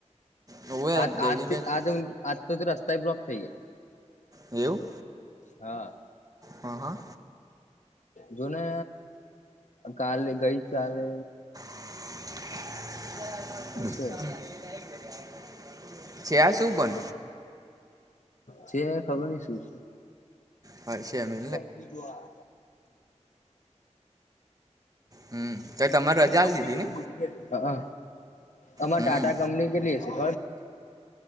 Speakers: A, on the right; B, on the left.
A: હવે
B: આત
A: જયદીપભાઈ
B: આત થી આજમ આજ આજથી તો રસ્તાય બ્લોક થઈ ગયા.
A: એવું.
B: હા.
A: હા હા.
B: જોને કાલે ગઈ ચાલે.
A: <inaudible>
B: હશે
A: છે આ શું બન?
B: છે ખબર નઈ શું છે.
A: હા છે મે.
B: કંપની જો આ
A: હમ તો તમારે
B: <inaudible> પેલી
A: રજા
B: કંપની
A: આલી દીધી
B: કેટલી
A: ને
B: મોટી કે અ અ અમા
A: હમ
B: ટાટા કંપની કેલી. <unintelligible>